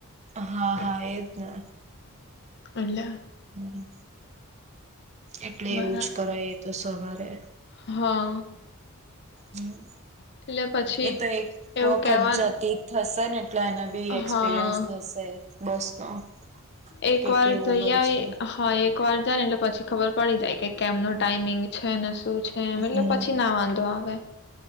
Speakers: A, on the right; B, on the left.
A: હા હા એજ ને
B: અલા
A: હમ્મ એટલે
B: બરાબર.
A: એવું જ કરાય એટ તો સવારે
B: હા
A: હમ્મ
B: એટલે પછી
A: એ તો એક
B: એવું
A: વખત
B: કેવાનું
A: જતી થશે તને તને બી એક્સપિરિયન્સ
B: હા
A: થશે. બસનો
B: એક
A: કે
B: વાર
A: કેવું
B: જઈ
A: હોય
B: આવી
A: છે
B: હા એક વાર જાય ને પછી ખબર પડી જાય કે કેમનું ટાઈઇમિંગ છે ને શું છે એમ એટલે
A: હમ
B: પછી ના વાંધો આવે <inaudible>